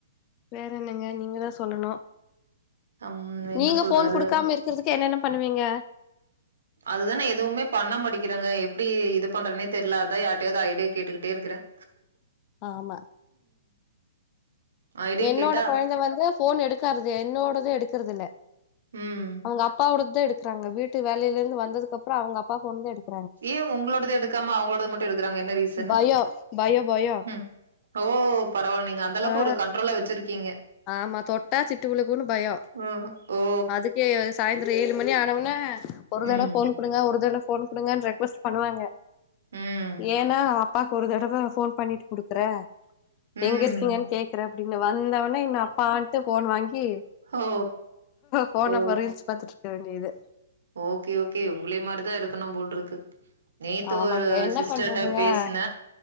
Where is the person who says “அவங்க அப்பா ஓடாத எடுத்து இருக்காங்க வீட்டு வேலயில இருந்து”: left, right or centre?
Left